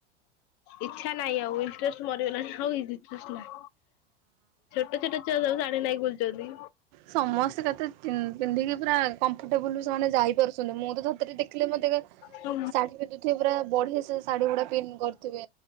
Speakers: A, on the left; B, on the right.
A: ଇଚ୍ଛା ନାହିଁ ଆଉ ଇଣ୍ଟେରଷ୍ଟ ମରିଗଲାଣି ଆଉ ଇଣ୍ଟେରଷ୍ଟ ନାଇଁ। ଛୋଟ ଛୋଟ ଛୁଆ ସବୁ ଶାଢୀ ନାଇଁ। ଭୁଲ ଯଦି
B: ସମସ୍ତେ କେତେ ପିନ୍ଧିକି ପୁରା କମ୍ଫର୍ଟେବୁଲ ସେମାନେ ଯାଇପାରୁଛନ୍ତି ମୁଁ ତ ଥରେ ଦେଖିଲେ ମତେ
A: ହଁ
B: ଶାଢୀ ପିନ୍ଧୁଥିବେ ପୁରା ବଢିଆ ସେ ଶାଢୀ ଗୁଡା କରିଥିବେ